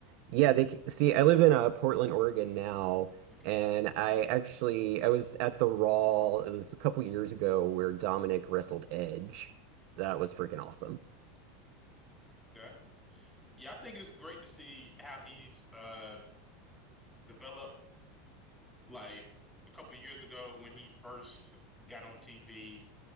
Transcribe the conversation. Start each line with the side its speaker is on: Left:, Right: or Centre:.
Right: Yeah, they c- see. I live in uh, Portland, Oregon now,
Centre: okay.
Right: and I actually I was at the Raw. It was a couple years ago where Dominic wrestled Edge. That was
Centre: Mhm.
Right: freaking awesome.
Centre: Okay. Yeah, I think it's great to see how he's uh developed Like a couple years ago when he first got on TV